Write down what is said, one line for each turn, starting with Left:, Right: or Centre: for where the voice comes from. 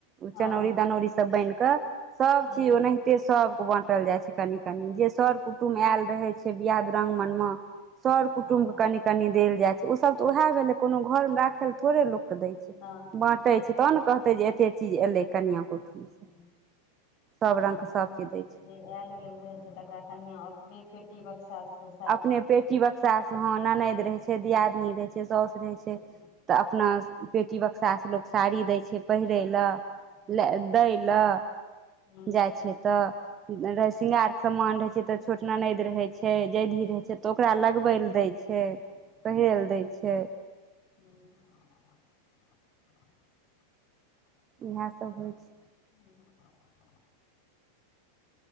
Left: हँ
Right: चनौरी दनौरी सब बनिके सब
Left: हूँ
Right: चीज ओनाहिते सब के बाँटल जाइ छैय कनिक। कनि
Left: हूँ
Right: जे सर कुटुम्ब आयल रहे छैय बियाह दुरांगमन में सर
Left: हँ
Right: कुटुम् के कनि कनि देल जाइ छैय ओ सब तऽ वैह भेलै कोनो घरमे राखै लऽ थोड़े लोक के दै छैय
Left: नहि नहि
Right: बाँटे छैय तब ने कहते जे एते चीज एलै। कनिआँके
Left: ह
Right: ओहिठुमसँ
Left: ह
Right: सभ रङ्गके
Left: आ त
Right: सभ चीज दै छै
Left: जे आयल गेल रहै छैय तकरा कनिआँ अपने पेटी बक्सासँ
Right: अपने पेटी बक्सासँ हँ ननैद रहै
Left: हँ
Right: छैय दियादिनी रहै छैय सौस रहै छैय।
Left: हूँ
Right: तऽ अपना पेटी बक्सासँ लोक साड़ी दै छैय पहिरे ल। दै ल
Left: हूँ
Right: जाइ छियै तऽ रह श्रृंगार के समान रहै छैय तऽ छोट ननैद रहै छैय जैधी रहै छैय तऽ ओकरा लगबै लए दै छैय। पहेल दै छैय।
Left: हूं
Right: इहे सब होइ छैय।
Left: हू